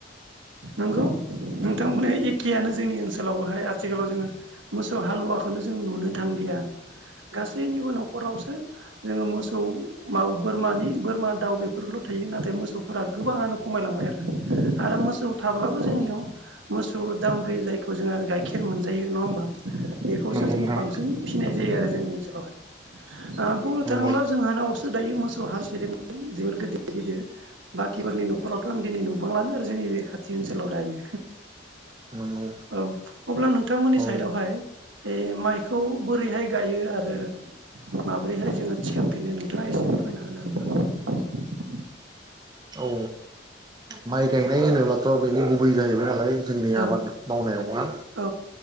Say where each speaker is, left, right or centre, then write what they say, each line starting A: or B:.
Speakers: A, on the right; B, on the right.
A: नंगौ नोंथां बुंनाया इ खेयानो जोंनि ओनसोलावबोहाय आथिखालाव जोङो मोसौ हालुवा खौनो जों नुनो थांलिया गासैनिबो न'खरावसो जोङो मोसौ मा बोरमानि बोरमा दाउ बेफोरल' थायो नाथाय मोसौफोरा गोबाङानो खमायलांबाय आरो ना आरो मोसौ थाब्लाबो जोंनियाव मोसौ उ दामब्रि जायखौ जोङो गाइखेर मोनजायो नङा होमबा बेखौसो
B: नंगौ
A: जोङो
B: नोंथां
A: बांसिन फिनाय जायो आरो जोंनि ओनसोलावहाय ओ बुंनो
B: नंगौ
A: थाङोब्ला जोंहानावसो दायो मोसौ हालिसे दों <unintelligible> गिदिर बाखिफोरनि न'खरावथ' आं दिनै नुबांलानो आरो जोंनि बे खाथि ओनसोलाव दायो
B: नंगौ
A: औ अब्ला नोंथांमोननि
B: औ
A: साइदावहाय बे माइखौ बोरैहाय गायो आरो माबोरैहाय जोङो थिखांफिनो नोंथाङा एसे फोरमायना होनो हागोन ना
B: औ माइ गायनाय होनोब्लाथ' बेनो गुबै जाहैबाय नालाय जोंनि
A: ना?
B: आबाद मावनायावहा
A: औ